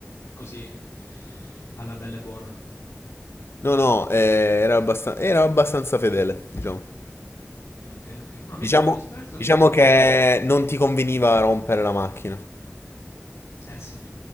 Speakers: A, on the left; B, on the left.
A: così, alla bella e buona.
B: No, no, eh, era abbastan- era abbastanza fedele, diciamo.
A: Ok, ok. No,
B: Diciamo,
A: mi sono veramente sorpreso
B: diciamo
A: questa
B: che
A: cosa.
B: non ti conveniva rompere la macchina,
A: Eh sì.